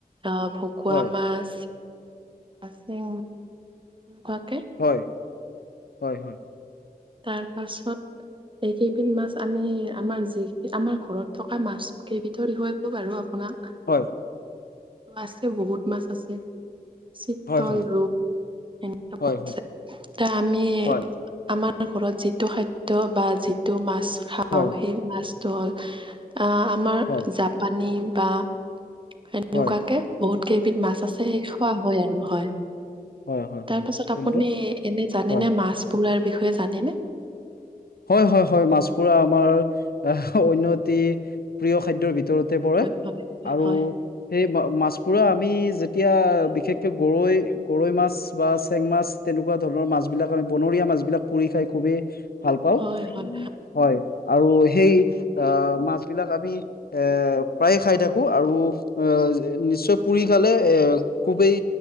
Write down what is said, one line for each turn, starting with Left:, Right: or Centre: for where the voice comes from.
Right: আ, ভকুৱা
Left: হয়
Right: মাছ ছেং <inaudible>
Left: হয় হয় হয়
Right: তাৰ পাছত এই কেইবিধ মাছ আমি আমাৰ যি আমাৰ ঘৰত থকা মাছ কেইবিধৰ বিষয়ে কলো বাৰু। অকনমান
Left: হয়
Right: আছে বহুত মাছ আছে। চিতল
Left: হয় হয় হয়
Right: ৰূপ এনে আ,
Left: হয় হয়
Right: এ আমি
Left: হয়
Right: আমাৰ আমাৰ ঘৰত যিটো খাদ্য বা যিটো মাছ খাওঁ
Left: হয়
Right: সেই মাছটো হ'ল আ, আমাৰ
Left: হয়
Right: জাপানী বা সেনেকুৱাকে
Left: হয়
Right: বহুত কেইবিধ মাছ আছে সেই খোৱা হয় আৰু হয়।
Left: হয় হয়
Right: তাৰপাছত
Left: হয় সুন্দৰ
Right: আপুনি এনে জানেনে
Left: হয়
Right: মাছ পোৰাৰ বিষয়ে জানেনে?
Left: হয় হয় হয় মাছ পোৰা আমাৰ অন্য এটি প্ৰিয় খাদ্যৰ ভিতৰতে পৰে
Right: হয়, হয়,
Left: আৰু
Right: হয়।
Left: সেই মাছ পোৰা আমি যেতিয়া বিশেষকে গৰৈ গৰৈ মাছ বা চেং মাছ তেনেকুৱা ধৰণৰ মাছবিলাক আমি বনৰীয়া মাছবিলাক পুৰি খাই খুবেই ভাল পাওঁ
Right: হয়, হয়,
Left: হয় আৰু সেই আ, মাছবিলাক আমি এ প্ৰায়েই খাই থাকো আৰু ও, যেতিয়া নিশ্চয় পুৰি খালে এ খুবেই